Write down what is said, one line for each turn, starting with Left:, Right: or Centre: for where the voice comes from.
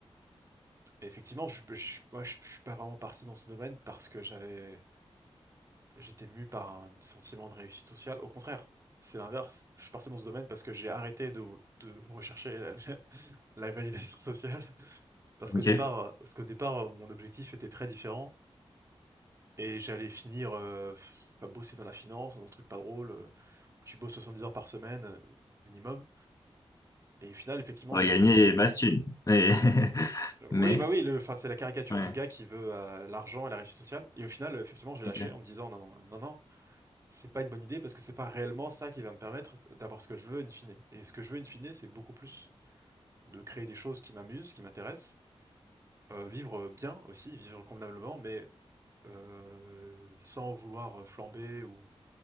Right: effectivement, je, je, je- moi, je, je suis pas vraiment parti dans ce domaine parce que j'avais, j'étais mu par un sentiment de réussite sociale. Au contraire, c'est l'inverse. Je suis parti dans ce domaine parce que j'ai arrêté de, de rechercher la, <laughs> la validation sociale. Parce
Left: Ok.
Right: qu'au départ, parce qu'au départ, mon objectif était très différent et j'allais finir euh, à bosser dans la finance, dans un truc pas drôle, euh, où tu bosses 70 heures par semaine euh, minimum. Et au final, effectivement,
Left: On
Right: j'ai
Left: va gagner
Right: compris.
Left: Bastune. Mais, <laughs> mais,
Right: Oui, bah oui, le, enfin, c'est la caricature
Left: ouais,
Right: du gars qui veut euh, l'argent et la réussite sociale. Et au final, euh, effectivement, j'ai lâché
Left: ok.
Right: en me disant non, non, non, non, non, c'est pas une bonne idée parce que c'est pas réellement ça qui va me permettre d'avoir ce que je veux in fine. Et ce que je veux in fine, c'est beaucoup plus de créer des choses qui m'amusent, qui m'intéressent, euh, vivre bien aussi, vivre convenablement, mais euh, sans vouloir euh, flamber ou